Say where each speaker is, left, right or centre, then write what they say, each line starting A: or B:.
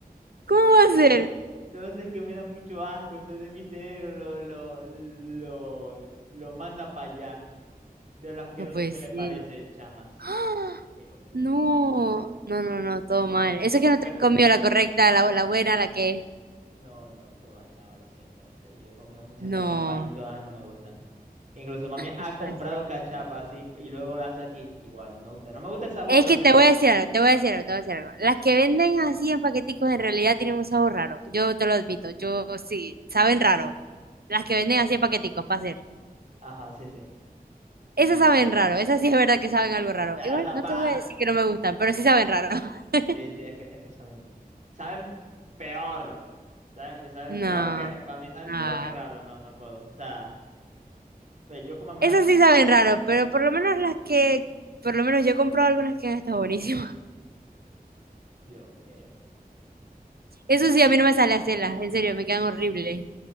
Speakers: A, on the right; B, on the right.
A: ¿Cómo va a ser?
B: No sé, es que me da mucho asco, entonces mi cerebro lo, lo, lo, lo manda para allá, de lo asqueroso
A: No puede
B: que
A: ser.
B: le parece, chama, sí,
A: ¡Ah!
B: te lo juro,
A: No, no, no, no, todo
B: te
A: mal.
B: lo juro.
A: Eso es que no
B: pero
A: te has comido la correcta, la, la buena, la que...
B: No, no, todas, chama, lo siento, no sé. Yo he comido muchas
A: No,
B: cachapas y todas no me gustan. Incluso mami ha
A: no
B: comprado
A: puede ser.
B: cachapas y, y luego las hace aquí. Igual, no me gusta. No me gusta el sabor
A: Es
B: de
A: que
B: la cachapa.
A: te voy a decir algo, te voy a decir algo, te voy a decir algo. Las que venden así en paqueticos en realidad tienen un sabor raro. Yo te lo admito, yo sí, saben raro. Las que venden así en paqueticos, para hacer.
B: Ajá, sí, sí.
A: Esas
B: Bueno,
A: saben
B: no.
A: raro, esas sí es verdad que saben algo raro.
B: Verdad,
A: Igual no
B: pa.
A: te voy a decir que no me gustan, pero sí saben raro. <laughs>
B: Sí, sí, es que, es que saben. Saben peor. Saben, saben
A: No,
B: peor que. Para mí saben
A: no.
B: peor que raro. No, no puedo. O sea, pues yo como una.
A: Esas sí saben raro, pero por lo menos las que, por lo menos yo he comprado algunas que han estado buenísimas.
B: Dios mío.
A: <laughs>
B: No,
A: Eso sí, a mí no me sale hacerlas, en serio, me quedan horribles.